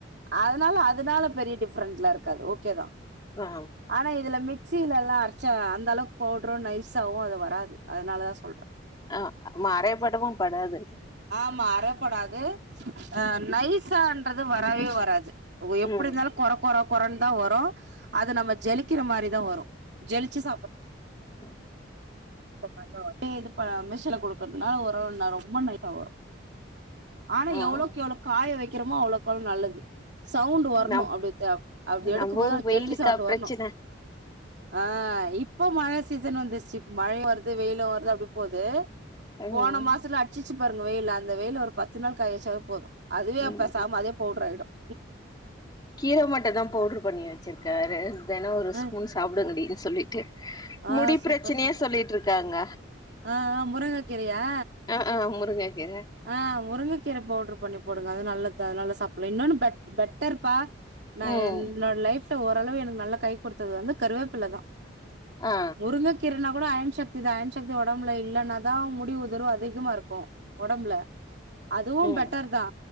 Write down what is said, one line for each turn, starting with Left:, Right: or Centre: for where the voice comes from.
Right: அதனால அதனால பெரிய டிஃப்ரென்லாஇருக்காது ஓகேதா
Left: ஆ
Right: ஆனா இதுல மி சீல எல்லா அரச்சா அந்த அளவுக் பவுட்ரு நைசாவோ அது வராது அதனாலதா சொல்ற
Left: ஆ மறை படவும் படாது
Right: ம்மா அறப்படாது அ நைசான்றது வரவே வராது ஒ எப்புடி
Left: ம்
Right: இருந்தாலு கொற கொற கொறன் தா வரும் அது நம்ம ஜலிக்கிற மாரிதா வரும் ஜெலிச்சு சாப்பு
Left: உம்
Right: ஓ பாத்தோ இது ப மிஸ்சில குடுக்கர்துனால ஓரளவு நல்லா ரொம்ப நைசா வரும் ஆனா
Left: ம்
Right: எவ்ளோ கெவ்ளோ காய வைக்கிறோமோ அவ்ளக்கெவ்ளோ நல்லது சவுண்ட்டு வர்ணும்
Left: நம்
Right: அப்டி த அப்டி எடுக்கும்
Left: நம்ம
Right: போது
Left: ஊரு வெயிலுக்கா
Right: ஜெல்லி சவுண்ட்டு
Left: பிரச்சன
Right: வரணும் ஆ இப்போ மழ சீசன் வந்துச்சு மழை வருது வெயிலும் வர் து அப்டி போது
Left: ம்
Right: போன மாஸ்த்துல அடிச்சிச்சு பாருங்க வெயிலு அந்த வெயில்ல ஒரு பத்து நாள் காயச்சாவே போதும் அதுவே
Left: ம்
Right: அப்ப சாமாதே போட்றாயிடும்
Left: கீர மட்டும் தா பவுட்கு பண்ணி வெச்சிருக்காரு தெனோ ஒரு
Right: ஆ
Left: ஸ்பூன் சாப்ட முடிது சொல்லிட்டு
Right: ஆ
Left: முடி
Right: சூப்பர்
Left: பிரச்சனைய
Right: சூப்பர்
Left: சொல்லிட்ருக்காங்க
Right: ஆ ஆ முருங்கக் கீரயா
Left: ஆ ஆ முருங்க கீர
Right: ஆ முருங்கக்கீர பவுட்ரு பண்ணி போடுங்க அது நல்லத்தா நல்ல சாப்ளே இன்னொன்னு பெட் பெட்டர்ருப்பா நா
Left: ம்
Right: என்னோட லைஃப்ல ஓரளவு எனக் நல்லா கை கொடுத்தது வந்து கருவேப்பில்ல தா
Left: ஆ
Right: முருங்க கீரனா கூட அயன் சக்தி தா அயன் சக்தி ஒடம்புல இல்லன்னாதா முடி உதர்வு அதிகமா இருக்கும் ஒடம்புல அதுவும்
Left: ம்
Right: பெட்டர் தா